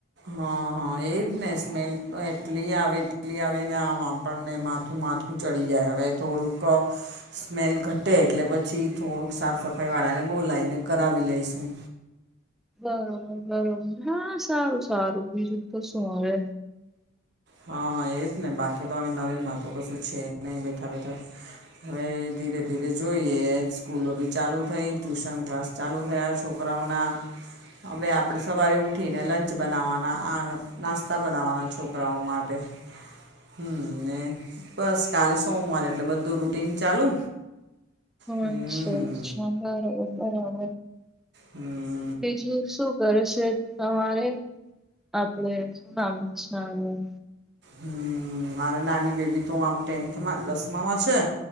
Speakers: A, on the right (about 55°); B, in the centre.
A: હા હા એજ ને સ્મેલ તો એટલી આવે એટલી આવે ને આમ આપણને માથું માથ થું ચડી જાય હવે થોડુંક સ્મેલ ઘટે એટલે પછી થોડુંક સાફ સફાઈ વાળાને બોલાવીને કરાવી લઈશું.
B: બરોબર બરોબર હા સારું સારું બીજું તો શું હવે
A: હા એજ ને બાકી તો હવે નવીન માર ટતો કશું છે નહીં બેઠા બેઠા હવે ધીરે ધીરે જોઈએ સ્કૂલો બી ચાલુ થઈ ટ્યુશન ક્લાસ ચાલુ થયા છોકરાઓના હવે આપડે સવારે ઉઠીને લંચ બનાવવાના આ નાસ્તા બનાવ વાના છો. પડાવ માટે હમ ને બસ કાલે સોમવારે એટલે બધું રૂટીન ચાલુ! હમ
B: અચ્છા અચ્છા બરાબર બરાબર.
A: હમ્મ.
B: બીજું શું કરે છે તમારે? આપડે શું નામ છે આનું
A: હમ્મ મારે નાની બેબી તો આમ ટેન્થમાં દસમામાં છે.